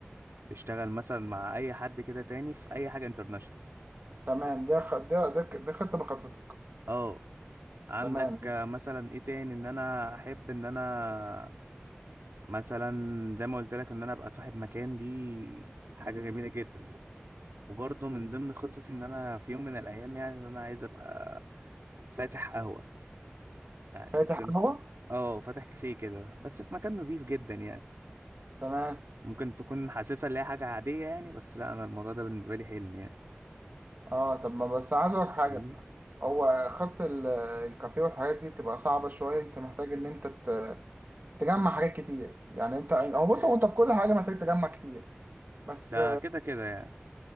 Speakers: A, on the right (about 80°); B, on the right (about 50°).
A: تشتغل مثلا مع اي حد كده تاني في اي حاجة انترناشونال
B: تمام ده خ... ده ده ك- ده خطة بخطتك
A: اه عندك
B: تمام
A: آه، مثلا ايه تاني ان انا احب ان انا مثلا زي ما قلت لك ان انا ابقى صاحب مكان دي حاجة جميلة جدا وبرضه من ضمن خطتي ان انا في يوم من الايام يعني ان انا عايز ابقى فاتح قهوة يعني
B: فاتح
A: ممكن
B: قهوة
A: اه فاتح كافيه كده بس في مكان نظيف جدا يعني
B: تمام
A: ممكن تكون حاسسها اللي هي حاجة عادية يعني بس لا انا الموضوع ده بالنسبة لي حلم يعني
B: اه طب ما بس عايز اقولك حاجة
A: فاهمني
B: هو خط ال- الكافيه والحاجات دي بتبقى صعبة شوية انت محتاج ان انت ت- تجمع حاجات كتير يعني انت هو بص هو انت في كل حاجة محتاج تجمع كتير بس
A: ده كده كده يعني